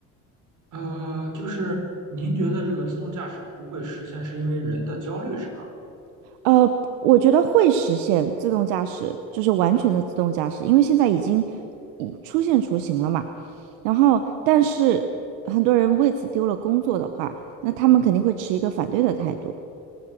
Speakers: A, on the right; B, on the right.
A: 呃，就是您觉得这个自动驾驶不会实现，是因为人的焦虑是吧？
B: 呃，我觉得会实现自动驾驶，就是完全的自动驾驶，因为现在已经已出现雏形了嘛。然后，但是很多人为此丢了工作的话，那他们肯定会持一个反对的态度。